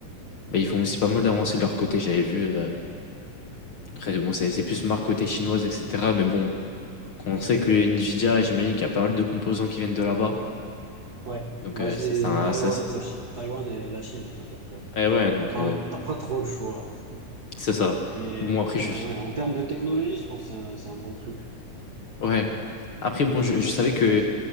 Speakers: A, on the left (about 50°); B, on the right (about 60°).
A: Bah, ils
B: Mhm.
A: font aussi pas mal d'avancées de leur côté, j'avais vu. euh. Après, bon, c'est c'est plus marque côté chinoise, etc. Mais bon, quand on sait que Nvidia, j'imagine qu'il y a pas mal de composants qui viennent de là-bas.
B: Ouais.
A: Donc,
B: Bah,
A: euh,
B: c'est
A: ça, ça,
B: Taïwan,
A: ça, ça-
B: la Chine, Taïwan et la Chine. Donc, euh,
A: Eh ouais, donc,
B: T'as pas,
A: euh,
B: t'as pas trop le choix. hein.
A: c'est ça.
B: Mais,
A: Bon, après,
B: ah,
A: je.
B: mais ouais, en termes de technologie, je pense que c'est un, c'est un bon truc,
A: Ouais. Après, bon,
B: très
A: je,
B: utile.
A: je savais que.